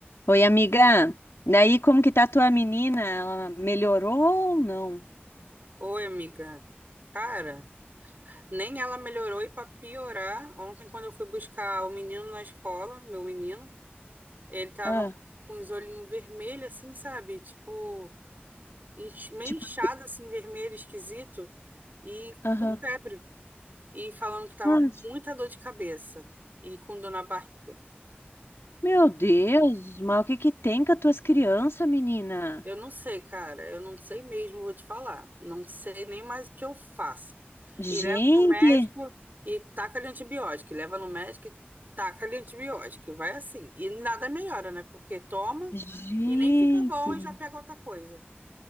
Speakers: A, on the left (about 85°); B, on the right (about 45°).
A: Oi, amiga. Daí, como que tá a tua menina? Ela melhorou ou não?
B: Oi, amiga. Cara, nem ela melhorou e pra piorar, ontem quando eu fui buscar o menino na escola, meu menino, ele tava
A: Ah,
B: com os olhinhos vermelhos assim, sabe? Tipo, enx- meio
A: tipo,
B: inchado assim, vermelho, esquisito, e
A: aham.
B: com febre, e falando que tava
A: Mas,
B: com muita dor de cabeça e com dor na barriga.
A: meu Deus, mas o que que tem com as tuas crianças, menina?
B: Eu não sei, cara, eu não sei mesmo, vou te falar. Não sei nem mais o que eu faço. E
A: Gente,
B: leva pro médico e taca-lhe antibiótico. E leva no médico e taca-lhe antibiótico. E vai assim. E nada melhora, né? Porque toma
A: gente.
B: e nem fica bom e já pega outra coisa.